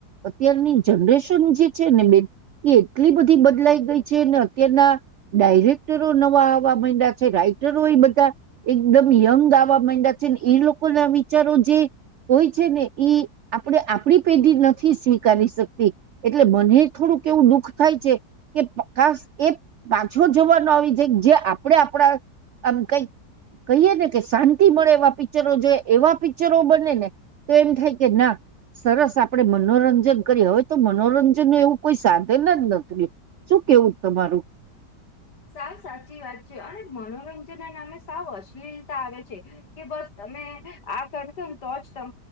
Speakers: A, on the right; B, on the left.
A: અત્યારની જનરેશન જે છે ને બે એ એટલી બધી બદલાઈ ગઈ છે ને અત્યારના ડાયરેક્ટરો નવા આવવા મહિ્યા છે રાઈટ જરૂ એ બધા એક એકદમ યંગ દાવા માંડ્યા છે ને એ લોકોના વિચારો જે હોય છે ને એ આપણે આપડી પેઢી નથી સ્વીકારી શકતી એટલે મને થોડુંક એવું દુઃખ થાય છે કેશ એ પાછો જવાનો આવી જાય જે આપણે આપણા આમ કઈક કહીએ ને કે શાંતિ મળે એવા પિક્ચરો જો એવા પિક્ચરો બને ને તો એમ થાય કે ના સરસ આપ આપણે મનોરંજન કરીએ હોય તો મનોરંજન ન એવું કોઈ સાધન જ નતું શું કેવું તમારું
B: સાવ સાચી વાત છે અને મનોરંજન ના નામે સાવ અશ્લીલતા આવે છે કે બસ તમે આ કર ને તો જ